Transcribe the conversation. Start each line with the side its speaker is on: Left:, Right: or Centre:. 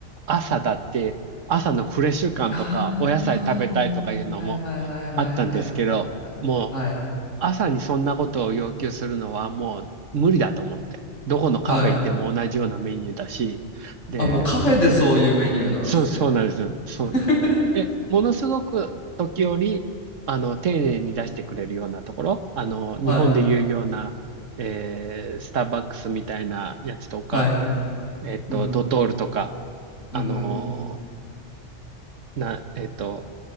Right: 朝だって、朝のフレッシュ感とか、
Left: あ
Right: お野菜食べたいとかいうのも
Left: あ、はいはいはいはいはいはいはいはいはいはい。
Right: あったんですけど、もう、朝にそんなことを要求するのはもう無理だと思って。どこのカフェ行っても同じようなメニューだし、
Left: はい。
Right: で、
Left: あ、もうカフェでそういうメニューなんですね。
Right: そう、そうなんです。そうです。
Left: <laughs>
Right: で、ものすごく時折、あの、丁寧に出してくれるようなところ、あの、日本でいうような、
Left: はい。
Right: えースターバックスみたいなやつとか、
Left: はい。
Right: えっと、
Left: うん。
Right: ドトールとか、
Left: うんうん。
Right: あのな、えっと、